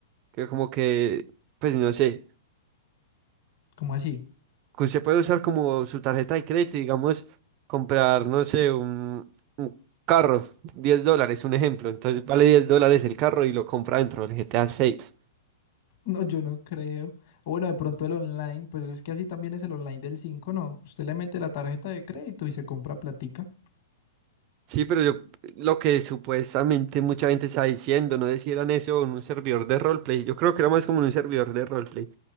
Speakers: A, on the right; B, on the left.
A: que como que, pues no sé,
B: ¿Cómo así? <laughs>
A: que usted puede usar como su tarjeta de crédito, y, digamos, comprar, no sé, un, un carro, 10 dólares, un ejemplo, entonces vale 10 dólares el carro y lo compra dentro del GTA 6.
B: No, yo no creo. O bueno, de pronto el online, pues es que así también es el online del 5, ¿no? Usted le mete la tarjeta de crédito y se compra platica.
A: Sí, pero yo, lo que supuestamente mucha gente está diciendo, no decían eso en un servidor de roleplay, yo creo que era más como en un servidor de roleplay